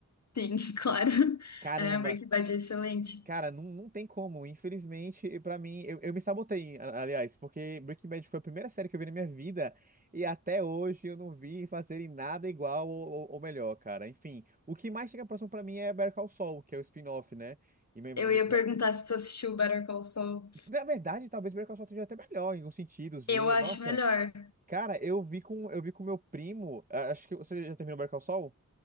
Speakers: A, on the left; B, on the right.
A: Sim, <laughs> claro.
B: Caramba.
A: É, Breaking Bad é excelente.
B: Cara, não, não tem como. Infelizmente, e pra mim, eu, eu me sabotei, a- aliás, porque Breaking Bad foi a primeira série que eu vi na minha vida e até hoje eu não vi fazerem nada igual ou, ou- ou melhor, cara. Enfim, o que mais chega próximo pra mim é Better Call Saul, que é o spin-off, né? E me- me-
A: Eu ia
B: ma-
A: perguntar se tu assistiu Better Call Saul.
B: na verdade, talvez Better Call Saul esteja até melhor em alguns sentidos, viu?
A: Eu acho
B: Nossa,
A: melhor.
B: cara, eu vi com eu vi com meu primo. a- Acho que você já terminou Better Call Saul?